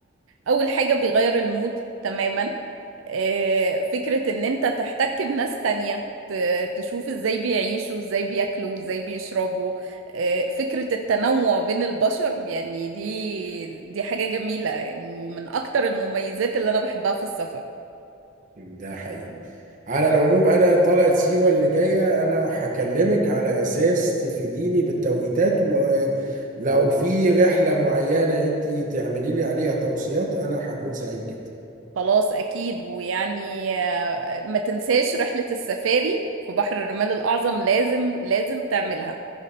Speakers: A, on the right; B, on the right.
A: أول حاجة بيغير المود تماما آه، فكرة إن أنت تحتك بناس تانية ت- تشوف إزاي بيعيشوا إزاي بياكلوا إزاي بيشربوا آه، فكرة التنوع بين البشر يعني دي دي حاجة جميلة ومن أكتر المميزات اللي أنا بحبها في السفر
B: ده حقيقي على العموم انا طلعت سيوة اللي جاية انا هكلمك على اساس تفيديني بالتوقيتات ولو في رحلة معينة انت تعملي لي عليها توصيات انا هكون سعيد جدا
A: خلاص أكيد ويعني آه، ما تنساش رحلة السفاري في بحر الرمال الأعظم لازم لازم تعملها